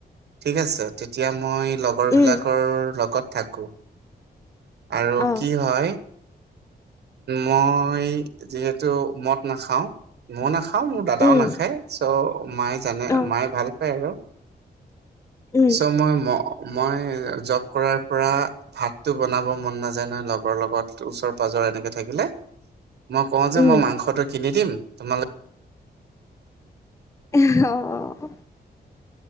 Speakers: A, on the right; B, on the left.
A: ঠিক আছে তেতিয়া মই লগৰ বিলাকৰ
B: উম,
A: লগত থাকো আৰু
B: অ',
A: কি হয়, মই যিহেতু মদ নাখাও মইও নাখাও মোৰ দাদাও
B: উম,
A: নাখায় চ' মায়ে জানে
B: অ',
A: মায়ে ভাল পায় আৰু
B: উম,
A: চ মই ম মই জব কৰাৰ পৰা ভাতটো বনাব মন নাযায় নহয় লগৰ লগত ওচৰ পাজৰ এনেকে থাকিলে মই কওঁ যে
B: উম,
A: মই মাংসটো কিনি দিম তোমালো
B: অ হেল্ল'